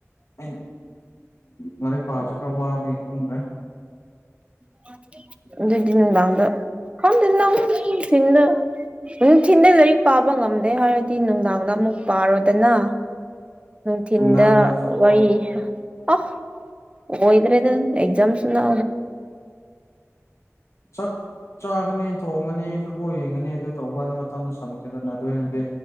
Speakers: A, on the left; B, on the right.
A: ꯑꯩꯅ ꯂꯥꯏꯔꯤꯛ ꯄꯥꯕꯁꯤ ꯈꯔ ꯋꯥꯕꯒꯤ ꯈꯪꯗ꯭ꯔꯦ
B: ꯎꯝ ꯑꯗꯨꯏꯗꯤꯟ ꯂꯥꯡꯗ ꯐꯝꯗꯟꯗꯨꯝ ꯊꯤꯡꯗ ꯅꯨꯡꯊꯤꯟꯜꯗ ꯂꯥꯏꯔꯤꯛ ꯄꯥꯕ ꯉꯝꯗꯦ ꯍꯥꯏꯔꯗꯤ ꯅꯨꯡꯗꯥꯡꯗ ꯑꯃꯨꯛ ꯄꯥꯔꯣꯗꯅ ꯅꯨꯡꯊꯤꯟꯗ
A: ꯅꯨꯡꯗꯥꯡꯗ ꯐꯨꯠꯕꯣꯜ
B: ꯋꯥꯔꯤ ꯑ ꯍꯣꯏꯗ꯭ꯔꯦ ꯑꯗꯨ ꯑꯦꯛꯖꯝꯁ ꯅ
A: ꯆꯥꯛ ꯆꯥꯒꯅꯤ ꯊꯣꯡꯒꯅꯤ ꯐꯨꯠꯕꯣꯜ ꯌꯦꯡꯒꯅꯤ ꯑꯗꯨ ꯇꯧꯕ ꯀꯥꯟꯗ ꯃꯇꯝꯗꯨ ꯁꯪꯁꯦꯗꯅ ꯑꯗꯨ ꯑꯣꯏꯅꯗꯤ